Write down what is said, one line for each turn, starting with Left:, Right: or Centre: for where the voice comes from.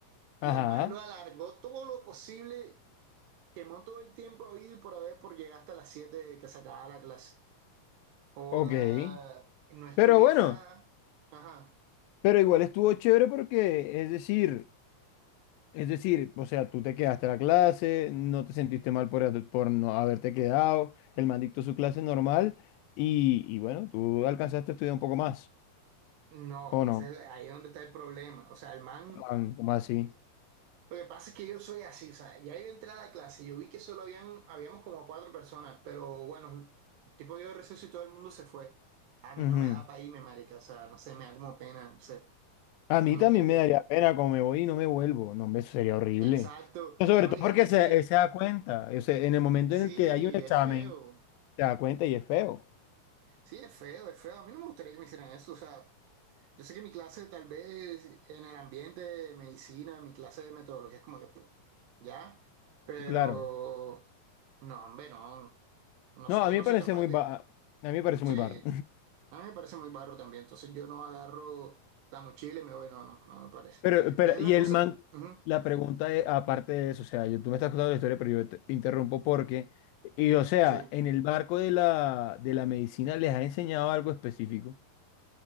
Right: y
Left: Ajá.
Right: el man lo alargó todo lo posible Quemó todo el tiempo habido y por haber por llegar hasta las 7 de que se acababa la clase. Joda,
Left: Ok.
Right: no estudié
Left: Pero bueno,
Right: nada. Ajá.
Left: pero igual estuvo chévere porque, es decir. Es decir, o sea, tú te quedaste a la clase, no te sentiste mal por, haber- por no haberte quedado, el man dictó su clase normal y, y bueno, tú alcanzaste a estudiar un poco más,
Right: No,
Left: ¿o no?
Right: ese es el- ahí es donde está el problema. O sea, el man,
Left: Man, ¿Cómo así?
Right: lo que pasa es que yo soy así, o sea, ya iba a entrar a la clase, yo vi que solo habían, habíamos como cuatro personas, pero bueno, el tipo dio receso y todo el mundo se fue. A mí
Left: Ujú.
Right: no me da para irme, marica, o sea, no sé, me da como pena, no sé.
Left: A
Right: Entonces
Left: mí
Right: me
Left: también
Right: quedé.
Left: me daría pena como me voy y no me vuelvo, no, hombre, eso sería horrible.
Right: Exacto.
Left: Pero sobre
Right: No,
Left: todo
Right: hay
Left: porque
Right: gente
Left: se,
Right: que,
Left: él se da cuenta, o sea, en el momento
Right: sí,
Left: en el que hay un examen,
Right: es feo.
Left: se da cuenta y es feo,
Right: Sí, es feo, es feo. A mí no me gustaría que me hicieran eso. O sea, yo sé que mi clase tal vez en el ambiente de medicina, mi clase de metodología es como que, pues, ya, pero
Left: claro.
Right: no, hombre, no. No
Left: No,
Right: sé,
Left: a
Right: yo
Left: mí
Right: no
Left: me parece
Right: soy capaz
Left: muy,
Right: de...
Left: ba- a mí me parece
Right: Sí,
Left: muy barro.
Right: a mí me parece muy barro también. Entonces yo no agarro la mochila y me voy, no, no, no me parece.
Left: Pero,
Right: Entonces
Left: pero, y
Right: la cosa...
Left: el man,
Right: ujú,
Left: la pregunta es, aparte de eso, o sea, yo, tú me estás contando la historia, pero yo te interrumpo porque, y o sea,
Right: sí,
Left: en el barco de la, de la medicina les ha enseñado algo específico.